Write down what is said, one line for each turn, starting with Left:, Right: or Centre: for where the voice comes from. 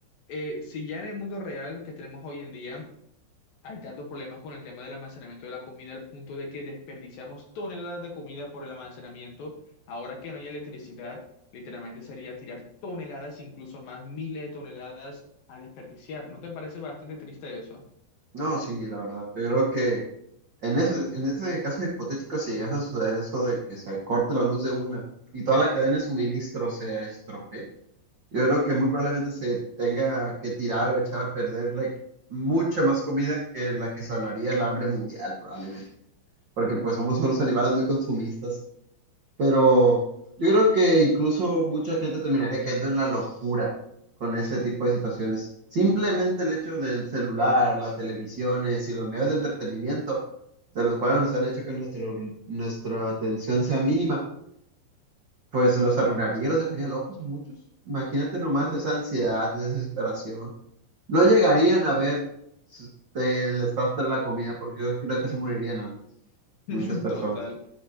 Left: Eh, si ya en el mundo real que tenemos hoy en día, hay tantos problemas con el tema del almacenamiento de la comida al punto de que desperdiciamos toneladas de comida por el almacenamiento. Ahora que no hay electricidad, literalmente sería tirar toneladas, incluso más miles de toneladas a desperdiciar. ¿No te parece bastante triste eso?
Right: No, sí, la verdad. Yo creo que en ese, en ese caso hipotético, si llegase a suceder eso de que se corte la luz de una y toda la cadena de suministro se estropee, Yo creo que muy probablemente se tenga que tirar o echar a perder like, mucha más comida que la que sanaría el hambre mundial, probablemente. Porque pues somos unos animales muy consumistas. Pero yo creo que incluso mucha gente terminaría cayendo en la locura con ese tipo de situaciones. Simplemente el hecho del celular, las televisiones y los medios de entretenimiento, de los cuales nos han hecho que nuestro, nuestra atención sea mínima pues los arruinaría, los dejaría locos a muchos. Imagínate nomás esa ansiedad, esa desesperación. No llegarían a ver s- el desastre de la comida porque yo creo que se morirían antes,
Left: <laughs>
Right: muchas personas.
Left: Total.